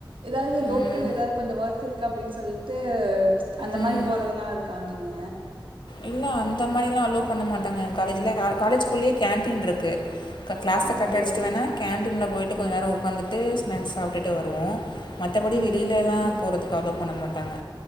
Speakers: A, on the right; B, on the left.
A: எதாது
B: ம்
A: லோக்கல் எதாது கொஞ்சோ ஒர்க் இருக் கு அப்டின் சொல்லிட்டு அந்த
B: ம்
A: மாரி போறதெல்லா இருக்கா நீங்க
B: இல்ல அந்த மாரிலா அலோவ் பண்ண மாட்டாங்க எங்க காலேஜ்ல அ காலேஜ்குள்ளே கேன்டீன் இருக்கு கிளாஸ
A: ஓகே,
B: கட் அடிச்சிட்டு
A: ஓகே.
B: வேனா கேன்டீன்ல பொயிட்டு கொஞ்ச நேர ஒக்காந்துட்டு ஸ்நாக்ஸ் சாப்டுட்டு வருவோ மத்தபடி
A: ம்,
B: வெளியிலலா
A: ம்,
B: போறதுக்கு அலோ பண்ண மாட்டாங்க